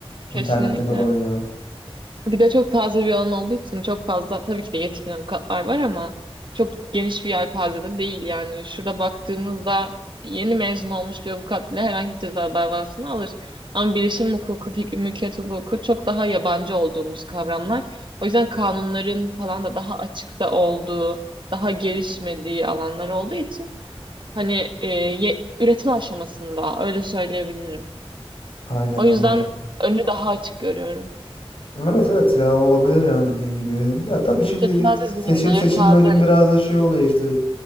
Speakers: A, on the right (about 50°); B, on the left (about 60°).
A: kesinlikle.
B: internette dolanıyor.
A: Bir de çok taze bir alan olduğu için çok fazla tabii ki de yetkin avukatlar var ama çok geniş bir yelpazede değil yani. Şurada baktığımızda yeni mezun olmuş bir avukat bile herhangi bir ceza davasını alır. Ama bilişim hukuku, fik- mülkiyet hukuku çok daha yabancı olduğumuz kavramlar. O yüzden kanunların falan da daha açıkta olduğu, daha gelişmediği alanlar olduğu için Hani e, ye- üretim aşamasında öyle söyleyebilirim.
B: Aynen
A: O
B: anladım.
A: yüzden önü daha açık görüyorum.
B: Evet evet ya olabilir yani dediğin gibi. Ya tabii şimdi
A: Ve taze zihinler,
B: seçim seçim
A: taze
B: bölüm biraz da şey oluyor işte